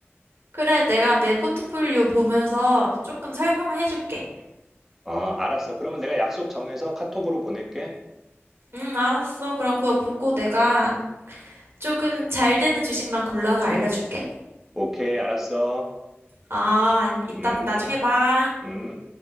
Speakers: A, on the right; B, in the centre.
A: 그래, 내가 내 포트폴리오 보면서 조금 설명을 해줄게.
B: 어, 알았어. 그러면 내가 약속 정해서 카톡으로 보낼게.
A: 응, 알았어. 그럼 그거 보고 내가 조금 잘 되는 주식만 골라서 알려줄게.
B: 오케이, 알았어.
A: 아, 안- 이따,
B: 음.
A: 나중에 봐.
B: 음.